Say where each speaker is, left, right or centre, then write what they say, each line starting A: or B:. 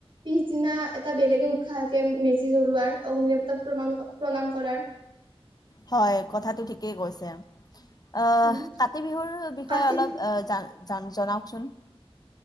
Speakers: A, on the right (about 60°); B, on the left (about 40°).
A: পিছদিনা এটা বেলেগে উৎসাহাকে মেজি জ্বলোৱাৰ অগ্নি দেৱতাক প্ৰাম প্ৰণাম কৰ
B: হয় কথাটো ঠিকেই কৈছে । অ
A: উম,
B: কাতি বিহুৰ বিষয়ে
A: কাতি
B: অলপ জান জাম জনাওকচোন